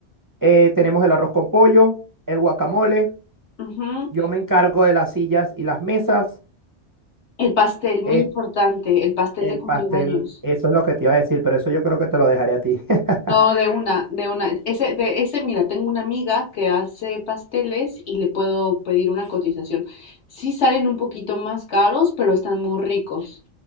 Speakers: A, on the right (about 30°); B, on the left (about 70°).
A: eh, tenemos el arroz con pollo, el guacamole,
B: Ujú.
A: yo me encargo de las sillas y las mesas,
B: El pastel, muy
A: eh,
B: importante, el pastel
A: El
B: de cumpleaños.
A: pastel, eso es lo que te iba a decir, pero eso yo creo que te lo dejaré a ti. <laughs>
B: No, de una, de una. Ese, de ese, mira, tengo una amiga que hace pasteles y le puedo pedir una cotización. Sí salen un poquito más caros, pero están muy ricos.